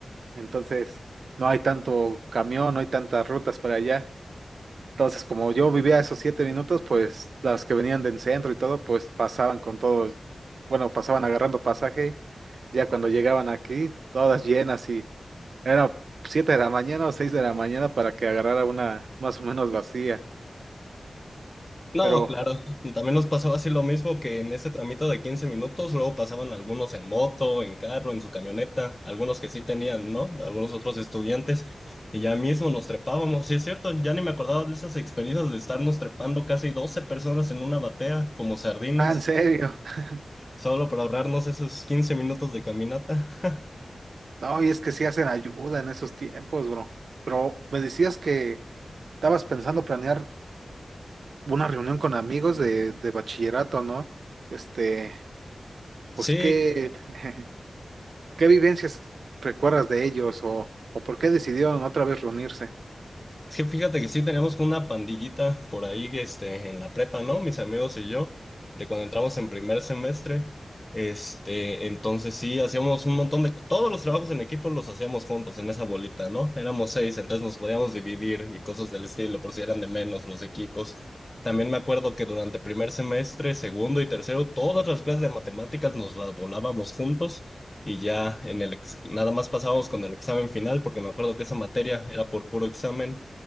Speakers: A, on the right; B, on the left.
A: Entonces, no hay tanto camión, no hay tantas rutas para allá. Entonces, como yo vivía esos siete minutos, pues las que venían del centro y todo, pues pasaban con todo, bueno, pasaban agarrando pasaje. Ya cuando llegaban aquí, todas llenas y era siete de la mañana o seis de la mañana para que agarrara una más o menos vacía.
B: No,
A: Pero,
B: claro, también nos pasaba así lo mismo que en ese tramito de 15 minutos, luego pasaban algunos en moto, en carro, en su camioneta, algunos que sí tenían, ¿no? Algunos otros estudiantes, y ya mismo nos trepábamos, sí es cierto, ya ni me acordaba de esas experiencias de estarnos trepando casi 12 personas en una batea, como sardinas,
A: ah, en serio. <laughs>
B: solo para ahorrarnos esos 15 minutos de caminata. <laughs>
A: No, y es que sí hacen ayuda en esos tiempos, bro. Pero me decías que estabas pensando planear una reunión con amigos de, de bachillerato, ¿no? Este, pues,
B: Sí,
A: ¿qué, <laughs> qué vivencias recuerdas de ellos o, o por qué decidieron otra vez reunirse?
B: Es que fíjate que sí teníamos una pandillita por ahí, este, en la prepa, ¿no? Mis amigos y yo, de cuando entramos en primer semestre. Este, entonces sí, hacíamos un montón de, todos los trabajos en equipo los hacíamos juntos en esa bolita, ¿no? Éramos seis, entonces nos podíamos dividir y cosas del estilo, por si eran de menos los equipos. También me acuerdo que durante primer semestre, segundo y tercero, todas las clases de matemáticas nos las volábamos juntos y ya en el ex- nada más pasábamos con el examen final, porque me acuerdo que esa materia era por puro examen